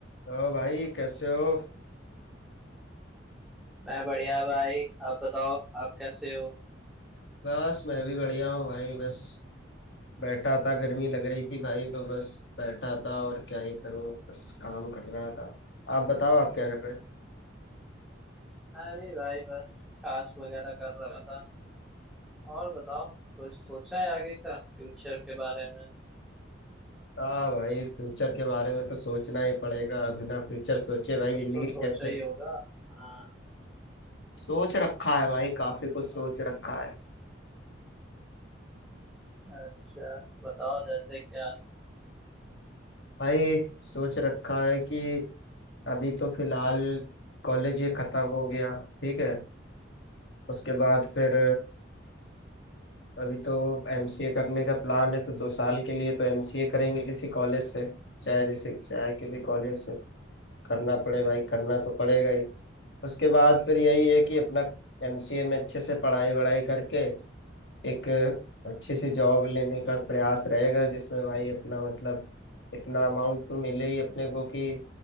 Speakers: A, on the left (about 65°); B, in the centre.
A: तो भाई कैसे हो
B: मैं बढ़िया भाई आप बताओ आप कैसे हो
A: बस मैं भी बढ़िया हूँ भाई बस बैठा था गर्मी लग रही थी भाई तो बस बैठा था और क्या ही करूँ बस काम कर रहा था आप बताओ आप क्या कर रहे हैं
B: मैं भी भाई बस कास्ट वगैरह कर रहा था और बताओ कुछ सोचा है आगे का फ्यूचर के बारे में
A: हाँ भाई फ्यूचर के बारे में तो सोचना ही पड़ेगा बिना फ्यूचर सोचे भाई
B: कुछ
A: जिंदगी
B: तो सोचा
A: कैसे
B: ही होगा हाँ
A: सोच रखा है भाई काफी कुछ सोच
B: हाँ।
A: रखा है
B: अच्छा बताओ जैसे क्या
A: भाई सोच रखा है कि अभी तो फिलहाल कॉलेज ये खत्म हो गया ठीक है उसके बाद फिर अभी तो एमसीए करने का प्लान है तो दो साल के लिए तो एमसीए करेंगे किसी कॉलेज से चाहे जैसे चाहे किसी कॉलेज से करना पड़े भाई करना तो पड़ेगा ही उसके बाद फिर यही है कि अपना एमसीए में अच्छे से पढ़ाई वढ़ाई करके एक अच्छी सी जॉब लेने का प्रयास रहेगा जिसमें भाई अपना मतलब इतना अमाउंट तो मिले ही अपने को कि